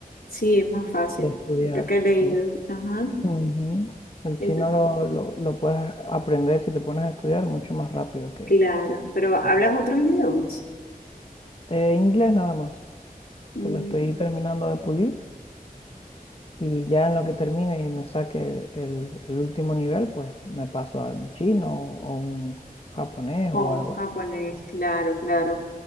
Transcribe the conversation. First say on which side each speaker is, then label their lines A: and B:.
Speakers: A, on the left; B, on the left.
A: Sí, es más fácil.
B: de estudiar,
A: Creo que he leído.
B: sí.
A: Ajá.
B: Ujú. El
A: es-
B: chino lo, lo, lo puedes aprender si te pones a estudiar mucho más rápido que
A: Claro, pero ¿hablas otros idiomas?
B: eh, inglés nada más,
A: Mm.
B: que lo estoy terminando de pulir. Y ya en lo que termine y me saque el, el último nivel, pues me paso a un chino o un japonés
A: Oh,
B: o algo
A: japonés,
B: así.
A: claro, claro.